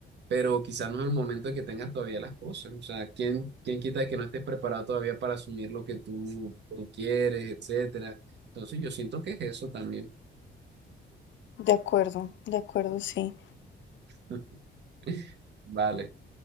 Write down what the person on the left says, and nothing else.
De acuerdo, de acuerdo, sí.